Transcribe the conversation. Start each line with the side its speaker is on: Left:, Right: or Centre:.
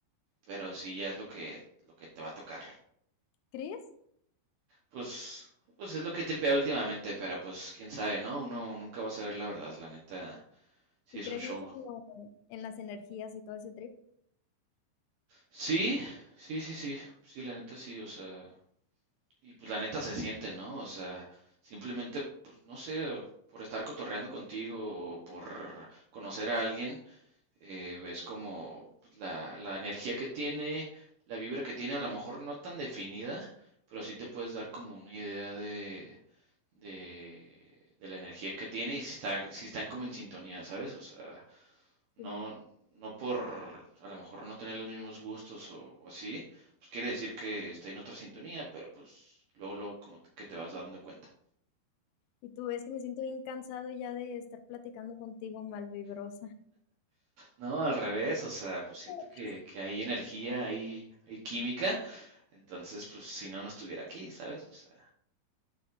Right: pero sí ya es lo que, lo que te va a tocar.
Left: ¿Crees?
Right: Pues, pues es lo que he tripeado últimamente, pero pues quién sabe, ¿no? Uno nunca va a saber la verdad, la neta, sí
Left: y
Right: es
Left: crees
Right: un show.
Left: mucho como en las energías y todo ese trip.
Right: Sí, sí, sí, sí, sí, la neta sí, o sea, Y pues la neta se siente, ¿no? O sea, simplemente, pues no sé, por estar cotorreando contigo o por conocer a alguien, eh, ves como pues, la, la energía que tiene, la vibra que tiene, a lo mejor no tan definida, pero sí te puedes dar como una idea de, de, de la energía que tiene y si está, si están como en sintonía, ¿sabes? O sea,
Left: Sí.
Right: no, no por a lo mejor no tener los mismos gustos o, o así, pues quiere decir que está en otra sintonía, pero pues luego, luego como te- que te vas dando cuenta.
Left: Y tú ves que me siento bien cansado ya de estar platicando contigo malvibrosa.
Right: No, al revés, o sea, pues siento
Left: <laughs>
Right: que, que hay energía, hay, hay química, entonces pues si no, no estuviera aquí, ¿sabes? O sea,